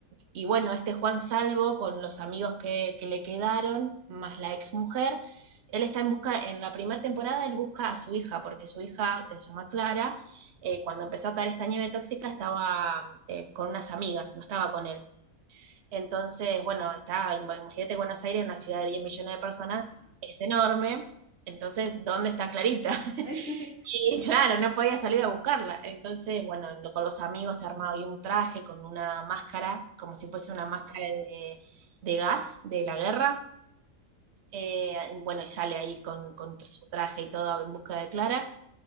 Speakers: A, on the right (about 55°); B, on the right (about 40°).
A: y bueno, este Juan Salvo, con los amigos que, que le quedaron, más la exmujer, él está en busca, en la primera temporada él busca a su hija, porque su hija, que se llama Clara, eh, cuando empezó a caer esta nieve tóxica estaba eh, con unas amigas, no estaba con él. Entonces, bueno, está, imagínate Buenos Aires, una ciudad de 10 millones de personas,
B: Ajá.
A: es enorme. Entonces, ¿dónde está Clarita? <laughs>
B: <laughs>
A: Y claro, no podía salir a buscarla. Entonces, bueno, lo- con los amigos se armaba ahí un traje con una máscara, como si fuese
B: Ajá.
A: una máscara de, de gas de la guerra. Eh, y bueno, y sale ahí con, con su traje y todo en busca de Clara.